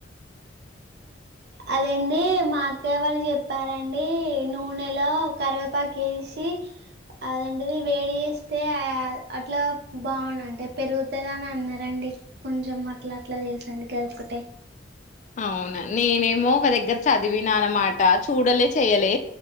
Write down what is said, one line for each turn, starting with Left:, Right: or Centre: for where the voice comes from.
Right: అదేంటి మా అక్కయ్య వాళ్ళు చెప్పారంండి నూనెలో కరివేపాక వేసి అదంటిది వేడి చేస్తే అట్లా బాగు అంటే పెరుగుతుందా అని అన్నారంండి కొంచెం అట్లా అట్లా తెలుసు అనిగా ఒకటే
Left: అవునా నేనేమో ఒక దగ్గర చదివినా అన్నమాట చూడలే చెయలే